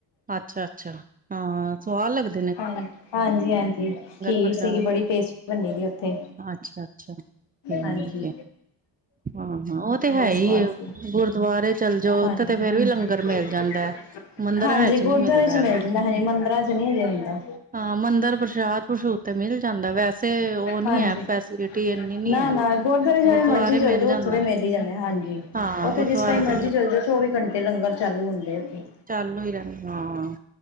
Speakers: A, on the right (about 20°); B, on the left (about 70°).
A: ਅੱਛਾ ਅੱਛਾ ਹਾਂ ਸਵਾਦ ਲੱਗਦਾ
B: ਹਾਂ ਹਾਂਜੀ ਹਾਂਜੀ ਖੀਰ
A: ਪ੍ਰਸ਼ਾਦ
B: ਸੀਗੀ ਬੜੀ ਟੇਸਟੀ ਬਣੀ ਦੀ ਉਥੇ,
A: ਅੱਛਾ-ਅੱਛਾ। ਠੀਕ
B: ਹਾਂਜੀ
A: ਏ, ਹਾਂ-ਹਾਂ ਉਹ ਤੇ ਹੈ
B: ਬਹੁਤ
A: ਹੀ
B: ਸਵਾਦ
A: ਏ,
B: ਸੀ
A: ਗੁਰਦੁਆਰੇ ਚੱਲ ਜਾਓ
B: ਹਾਂਜੀ।
A: ਉੱਥੇ ਤੇ ਫੇਰ ਵੀ ਲੰਗਰ ਮਿਲ ਜਾਂਦਾ ਐ, ਮੰਦਿਰਾਂ ਵਿੱਚ
B: ਗੁਰਦੁਆਰੇ
A: ਨੀ ਮਿਲਦਾ
B: ਚ ਮਿਲ
A: ਹੈਗਾ।
B: ਜਾਂਦਾ ਹਜੇ, ਮੰਦਿਰਾਂ ਚ ਨਹੀਂ ਹਜੇ ਹੁੰਦਾ।
A: ਹਾਂ ਮੰਦਿਰ ਪ੍ਰਸ਼ਾਦ-ਪ੍ਰਸ਼ੂਦ ਤੇ ਮਿਲ ਜਾਂਦਾ ਵੈਸੇ ਉਹ ਨੀ
B: ਹਾਂਜੀ
A: ਹੈ ਫੈਸਿਲਿਟੀ ਇੰਨੀ ਨੀ
B: ਨਾ
A: ਹੈ।
B: ਨਾ ਗੁਰਦੁਆਰੇ ਜਿਹੜੇ
A: ਗੁਰਦੁਆਰੇ
B: ਮਰਜੀ ਚੱਲ
A: ਮਿਲ
B: ਜਾਓ
A: ਜਾਂਦਾ,
B: ਉੱਥੇ ਦੇ ਮੇਲੇ ਜਾਂਦੇ ਹਾਂਜੀ
A: ਹਾਂ
B: ਉੱਥੇ
A: ਗੁਰਦੁਆਰੇ
B: ਜਿਸ ਟਾਈਮ
A: ਤੇ
B: ਮਰਜੀ ਚੱਲੇ ਜਾਓ, ਚੌਵੀ ਘੰਟੇ ਲੰਗਰ ਚਾਲੂ ਹੁੰਦੇ ਉਥੇ।
A: ਚਾਲੂ ਹੀ ਰਹਿੰਦਾ ਹਾਂ